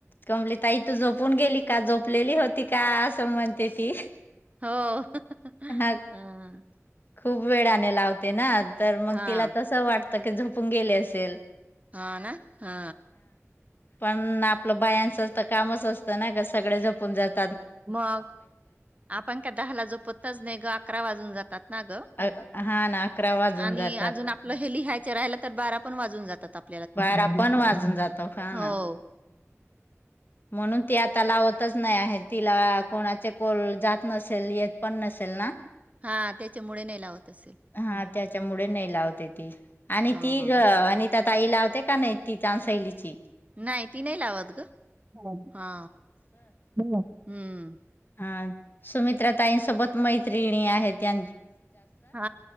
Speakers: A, on the left; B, on the right.
A: कमली ताई तू झोपून गेली का जोपलेली होती का असं म्हणते ती
B: होओ हंहं
A: हा
B: हंह
A: खूप वेळाने लावते ना तर मग
B: हा
A: तिला तसं वाटत की झोपून गेले असेल
B: हा ना हा
A: प ण आपलं बायांचं तर कामच असतं ना का सगळे झोपून जात
B: म गं आपण का दहाला झोपतच नाही गं अकरा वाजून जातात ना गं
A: अ- हा ना अकरा वाजून
B: आणि
A: जातात
B: अजून आपलं हे लिहायचे राहिला तर बारा पण वाजून जातात आप
A: बारा पण वाजून जातो हा
B: हो
A: ना म्हणून ती ती आता लावतच नाही आहे तिला कोणाचे कोल जात नसेल येत पण नसेल ना
B: हा त्याच्यामुळे नाही लावत असेल
A: हा त्याच्यामुळे नाही लावते ती आणि
B: हा
A: ती आणि तात ताई लावते का नाही ती चानसैलीची
B: नाही ती नाही लावत गं हा हम्म
A: हा सुमित्रा ताईंसोबत मैत्रिणी आहेत त्या
B: हा